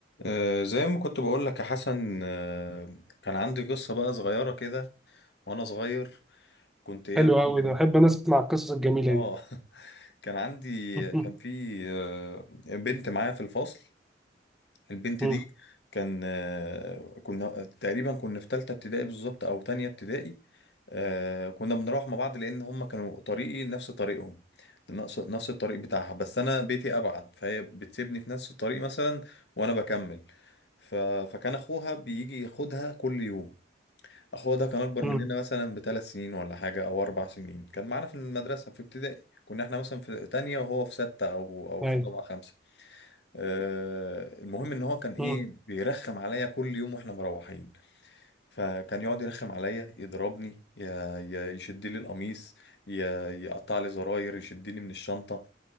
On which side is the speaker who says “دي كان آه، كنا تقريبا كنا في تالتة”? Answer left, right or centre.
Left